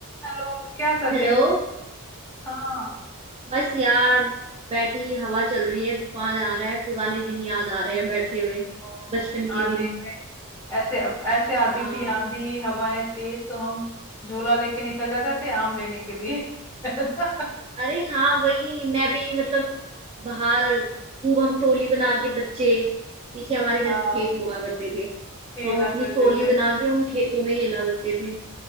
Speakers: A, on the left; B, on the right.
A: हेलो क्या कर
B: हेलो
A: रही हो हाँ
B: बस यार बैठी हवा चल रही है तूफान आ रहा है पुराने दिन याद आ रहे हैं बैठे हुए
A: ओ,
B: बचपन
A: कि
B: के
A: आंधी
B: दिन
A: में ऐसे ऐसे आती
B: हाँ
A: थी आंधी हवाएं तेज तो हम झोला लेके निकल जाते थे आम लेने के लिए <laughs> है ना?
B: अरे हाँ वही मैं भी मतलब बाहर खूब हम टोली बना के बच्चे पीछे हमारे घर
A: हाँ
B: के खेत हुआ करते थे तो
A: खेला
B: हम अपनी
A: करते
B: टोली
A: थे
B: बना के उन खेतों में खेला करते थे